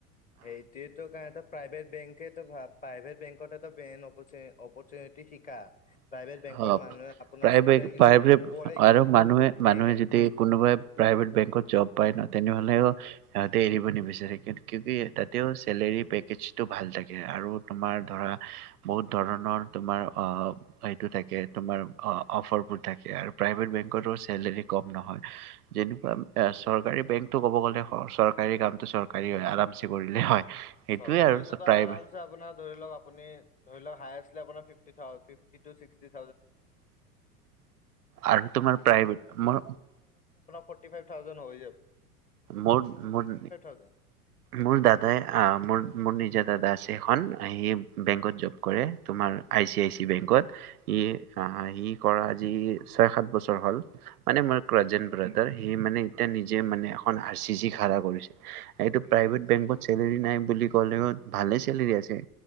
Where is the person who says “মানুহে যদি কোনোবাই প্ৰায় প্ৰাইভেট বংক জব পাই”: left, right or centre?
Right